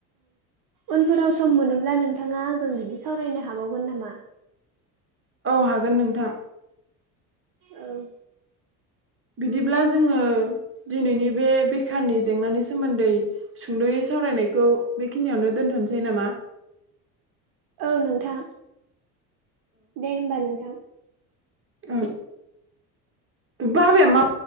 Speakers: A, on the right (about 45°); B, on the right (about 25°).
A: उनफोराव सम मोनोब्ला नोंथाङा आंजों बिदि सावरायनो हाबावगोन नामा?
B: औ हागोन नोंथां।
A: औ
B: बिदिब्ला जोङो दिनैनि बे बेखारनि जेंनानि सोमोन्दै सुंदयै सावरायनायखौ बे खिनियावनो दोनथनोसै नामा?
A: औ नोंथां। दे होमबा नोंथां।
B: उम बाबाया मा‌